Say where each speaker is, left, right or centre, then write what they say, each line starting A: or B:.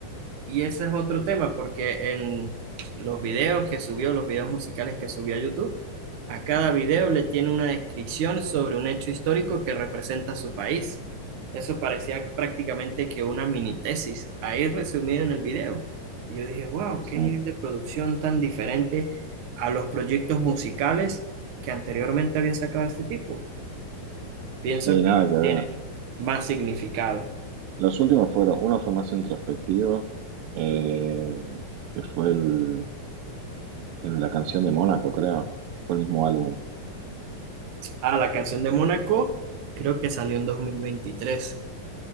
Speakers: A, on the right; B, on the right.
A: Y ese es otro tema, porque en los videos que subió, los videos musicales que subió a YouTube, a cada video le tiene una descripción sobre un hecho histórico que representa su país. Eso parecía prácticamente que una mini tesis, ahí resumido en el video. Y yo dije, wow,
B: sí,
A: qué nivel de producción tan diferente a los proyectos musicales que anteriormente había sacado este tipo. Pienso
B: sí,
A: que
B: nada
A: ahora
B: que ver.
A: tiene más significado.
B: Los últimos fueron, uno fue más introspectivo, eh, que fue el, el- la canción de Mónaco, creo, fue el mismo álbum.
A: Ah, la canción de Mónaco creo que salió en 2023.